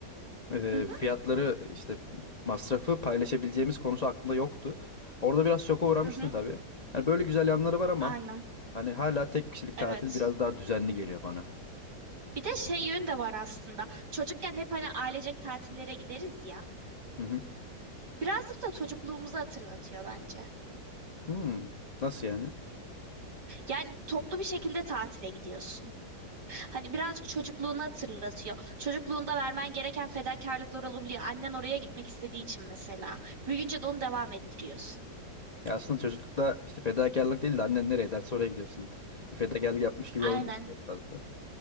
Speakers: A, on the left (about 45°); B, on the right (about 75°).
A: e,
B: Hı hı
A: fiyatları işte masrafı paylaşabileceğimiz konusu aklımda yoktu. Orada biraz şoka uğramıştım
B: hı hı.
A: tabii. Hani böyle güzel yanları var ama
B: Aynen.
A: hani hala tek kişilik tatil
B: Evet.
A: biraz daha düzenli geliyor bana.
B: Bir de şey yönü de var aslında. Çocukken hep hani ailecek tatillere gideriz ya.
A: Hı hı.
B: Birazcık da çocukluğumuzu hatırlatıyor bence.
A: Hmm, nasıl yani?
B: Yani toplu bir şekilde tatile gidiyorsun. Hani birazcık çocukluğunu hatırlatıyor. Çocukluğunda vermen gereken fedakarlıklar olabiliyor. Annen oraya gitmek istediği için mesela. Büyüyünce de onu devam ettiriyorsun.
A: Ya aslında çocuklukta işte fedakarlık değil de annen nereye derse oraya gidiyorsun. Fedakarlık yapmış gibi
B: Aynen.
A: olmuyor çok fazla.